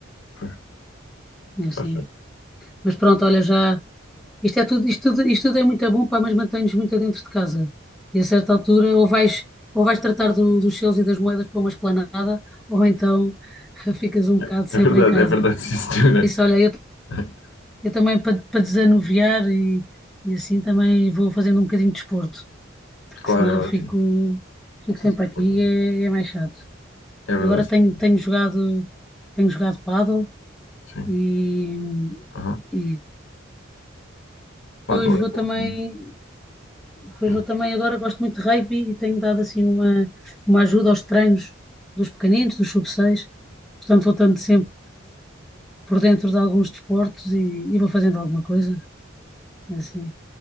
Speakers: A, on the left; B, in the centre.
A: pois,
B: É assim.
A: tá certo.
B: Mas pronto, olha, já. Isto é tudo, isto tudo, isto tudo é muito bom, pá, mas mantém-nos muito dentro de casa. E a certa altura, ou vais, ou vais tratar do- dos seus e das moedas para uma esplanada, ou então <laughs> ficas um bocado
A: É
B: sempre
A: é verdade,
B: em casa.
A: é verdade, sim, senhora.
B: E por isso, olha, eu,
A: <laughs>
B: eu também para, para desanuviar e, e assim também vou fazendo um bocadinho de desporto. que
A: Claro,
B: senão
A: é
B: eu fico,
A: ótimo.
B: fico sempre
A: Pois,
B: aqui
A: portanto,
B: e é, é mais chato.
A: É verdade,
B: Agora tenho,
A: sim.
B: tenho jogado, tenho jogado pádel
A: Sim.
B: e,
A: Aham.
B: e
A: Paddle
B: depois vou
A: é
B: também,
A: bom.
B: depois
A: Sim.
B: vou também agora gosto muito de rugby e tenho dado assim uma, uma ajuda aos treinos dos pequeninos, dos sub seis portanto vou estando sempre por dentro de alguns desportos e, e vou fazendo alguma coisa, é assim.